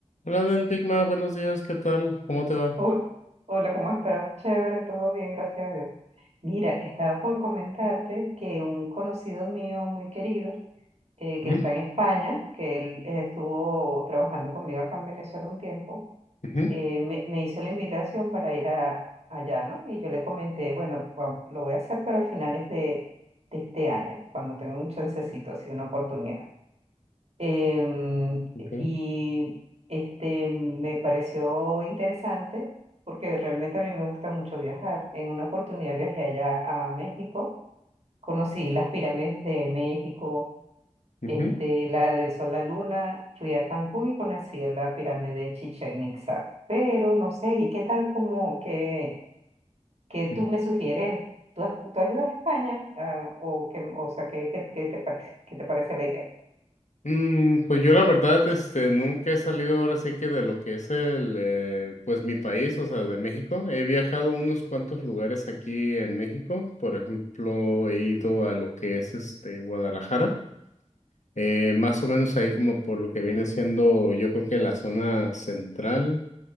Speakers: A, on the left; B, on the right.
A: Hola, Nel Big Ma, buenos días, ¿qué tal? ¿Cómo te va?
B: Ho- Hola, ¿cómo estás? Chévere, todo bien, gracias a Dios. Mira, estaba por comentarte que un conocido mío muy querido, eh, que
A: Ujú,
B: está en España, que él eh, estuvo trabajando conmigo acá en Venezuela un tiempo,
A: ujú,
B: eh, me, me hizo la invitación para ir a, allá, ¿no? Y yo le comenté, bueno, vamos, lo voy a hacer, pero a finales de, de este año, cuando tenga un chancecito, así una oportunidad. Em,
A: ok,
B: y este me pareció interesante porque realmente a mí me gusta mucho viajar. En una oportunidad viajé allá a México, conocí las pirámides de México,
A: ujú,
B: este, la del Sol, la Luna, fui a Cancún y conocí la pirámide de Chichén Itzá. Pero no sé, ¿y qué tal como que, que tú
A: ujú.
B: me sugieres? ¿Tú has, tú has ido a España? Ah, o, que, o sea, ¿qué, qué, qué te parece? ¿Qué te parece la idea?
A: Mm, pues yo la verdad, este, nunca he salido ahora sí que de lo que es el, eh, pues mi país, o sea, de México. He viajado a unos cuantos lugares aquí en México. Por ejemplo, he ido a lo que es este Guadalajara. Eh, más o menos ahí como por lo que viene siendo, yo creo que la zona central.